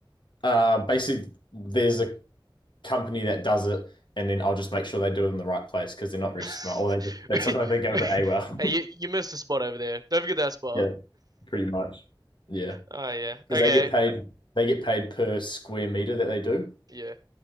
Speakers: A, on the left; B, on the right.
A: Uh, basically, there's a company that does it, and then I'll just make sure they do it in the right place because they're not very
B: <laughs>
A: smart, or they they sometimes they go a bit AWOL.
B: Hey, you, you missed a spot over there. Don't forget that
A: <laughs>
B: spot.
A: Yeah. pretty much Yeah.
B: Oh yeah.
A: because
B: Okay.
A: they get paid they get paid per square meter that they do.
B: Yeah.